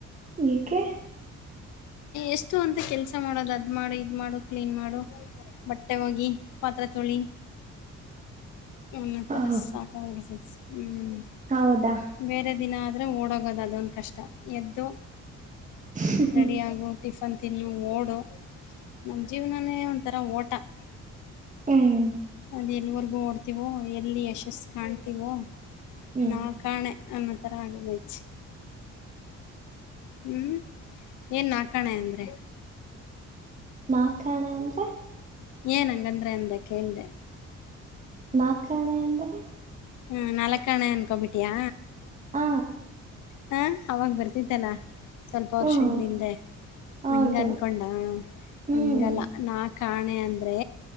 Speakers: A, on the right; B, on the left.
A: ಏಕೆ
B: ಎಷ್ಟು ಅಂತ ಕೆಲ್ಸ ಮಾಡೋದು ಅದ್ ಮಾಡು ಇದ್ ಮಾಡು ಕ್ಲೀನ್ ಮಾಡು ಬಟ್ಟೆ ಹೋಗಿ ಪಾತ್ರೆ ತೊಳಿ. ಮತರ
A: ಹ
B: ಸಾಕಗ ಬಿಟ್ಟಿದೆ ಹ್ಮ್
A: ಹೌದಾ
B: ಬೇರೆ ದಿನ. ಅಂದರೆ ಓಡೋಗೋದು ಅದೊಂದು ಕಷ್ಟ ಎದ್ದು.
A: ಹ್ಮ್
B: ರೆಡಿ ಆಗು ಟಿಫನ್ ತಿನ್ನು. ಓಡು ನಮ್ ಜೀವನಾನೇ ಒಂತರಾ ಓಟ. ತ
A: ಹ್ಮ್
B: ಅದ್ ಎಲ್ವರ್ಗೂ ಓಡ್ತಿವೋ ಎಲ್ಲಿ ಯಶಸ್ ಕಾಣ್ತಿವೋ.
A: ಹ್ಮ್
B: ನಾ ಕಾಣೆ ಅನ್ನ <unintelligible> ಹ್ಮ್ ಏನ್ ನಾ ಕಾಣೆ ಅಂದ್ರೆ
A: ನಾಕಾಣೆ ಅಂದ್ರೆ
B: ಏನ್ ಹಂಗಂದ್ರೆ ಅಂದ ಕೇಳ್ದೆ?
A: ನಾಕಾಣೆ ಅಂದರೆ
B: ಹ್ಮ್ ನಲಕಾಣೆ ಅನ್ಕೊಬಿ ಟ್ಯಾ?
A: ಹ
B: ಹಾ ಅವಾಗ ಬರ್ತಿದ್ದಲ ಸ್ವಲ್ಪ ವರ್ಷ
A: ಹ್ಮ್
B: ಇಲ್ ಹಿಂದೆ
A: ಹೌದು
B: ಹಂಗ್ ಅನ್ಕೊಂಡ
A: ಹ್ಮ್
B: ಹಂಗಲ್ಲ ನಾ ಕಾಣೆ ಅಂದ್ರೆ